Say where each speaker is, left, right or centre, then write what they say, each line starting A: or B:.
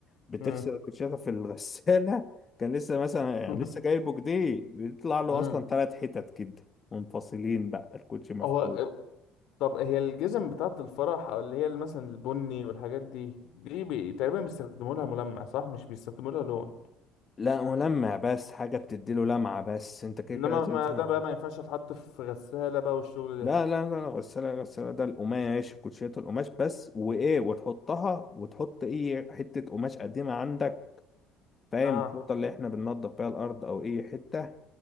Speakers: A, on the left; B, on the left.
A: بتغسل
B: امم
A: الكوتشيه في الغسالة <laughs> كان لسه مثلا يعني
B: <laughs>
A: لسه جايبه جديد بيطلع له
B: امم
A: اصلا ثلاث حتت كده منفصلين بقى الكوتشي مفقود
B: هو طب هي الجزم بتاعة الفرح او اللي هي مثلا البني والحاجات دي دي بي... تقريبا بيستخدموا لها ملمع صح مش بيستخدموا لها لون
A: لا ملمع بس حاجة بتديله لمعة بس انت كده
B: انما
A: كده لازم
B: ما
A: تعمل
B: ده بقى ما ينفعش تحط في غسالة بقى والشغل
A: لا
B: ده
A: لا لا لا، غسالة غسالة ده القماش كوتشيات القماش بس وإيه وتحطها وتحط أي حتة قماش قديمة عندك فاهم
B: اه
A: الفوطة اللي احنا بننضف بيها الأرض أو أي حتة